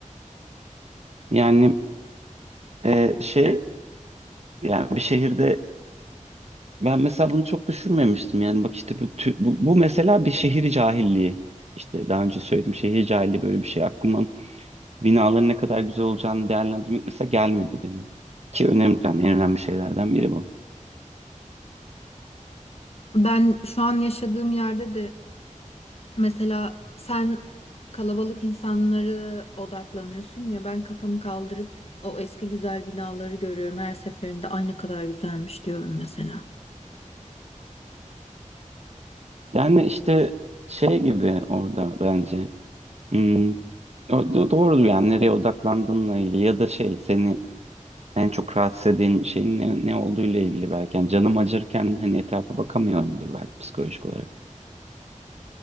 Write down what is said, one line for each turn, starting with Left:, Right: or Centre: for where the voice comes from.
Right: yani e, şey yani bir şehirde Ben mesela bunu çok düşünmemiştim. Yani bak işte bu, tü- bu, bu mesela bir şehir cahilliği. İşte daha önce söyledim şehir cahilliği böyle bir şey. Aklıma binaların ne kadar güzel olacağını değerlendirmek mesela gelmedi benim. Ki önemli, yani en önemli şeylerden biri bu.
Left: Ben şu an yaşadığım yerde de Mesela sen kalabalık insanlara odaklanıyorsun ya ben kafamı kaldırıp o eski güzel binaları görüyorum her seferinde ay ne kadar güzelmiş diyorum mesela.
Right: Yani işte şey gibi orada bence. Hmm, o da doğru yani nereye odaklandığınla ilgili ya da şey seni en çok rahatsız eden şeyin ne, ne olduğuyla ilgili belki. Yani canım acırken hani etrafa bakamıyorumdur belki psikolojik olarak.